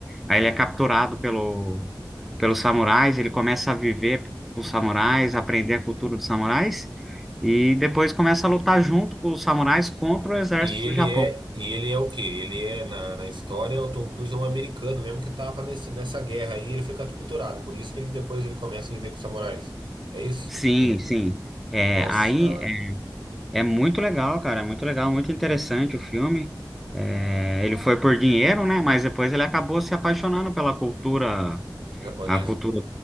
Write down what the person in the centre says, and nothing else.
Aí ele é capturado pelo, pelos samurais, ele começa a viver com os samurais, aprender a cultura dos samurais, e depois começa a lutar junto com os samurais contra o exército
do Japão.
Sim, sim. É,
aí
é, é muito legal, cara, é muito legal, muito interessante o filme. É, ele foi por dinheiro, né? Mas depois ele acabou se apaixonando pela cultura,
a cultura